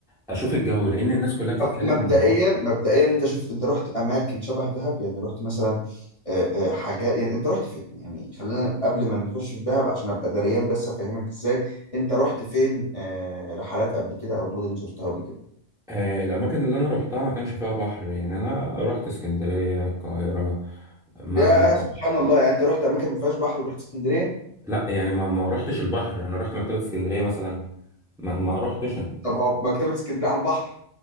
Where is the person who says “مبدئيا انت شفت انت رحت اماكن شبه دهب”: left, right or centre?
Left